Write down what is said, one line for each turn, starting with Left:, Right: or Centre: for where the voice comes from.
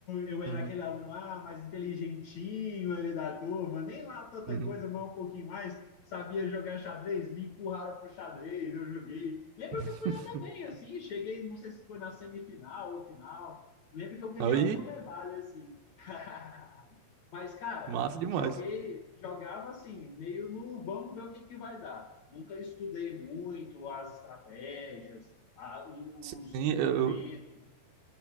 Left: eu era
Right: Uhum.
Left: aquele aluno lá, mais inteligentinho ali da turma, nem lá tanta
Right: Uhum.
Left: coisa, mas um pouquinho mais. Sabia jogar xadrez, me empurraram pro xadrez, eu joguei. Lembro
Right: <laughs>
Left: que eu fui até bem, assim, cheguei, não sei se foi na semifinal ou final. Lembro que eu ganhei
Right: Aí,
Left: alguma medalha, assim. <laughs> Mas, cara,
Right: massa demais.
Left: joguei, jogava assim, meio no vamos ver o que, que vai dar. Nunca estudei muito as estratégias, a- os
Right: Sim,
Left: movimentos.
Right: eu,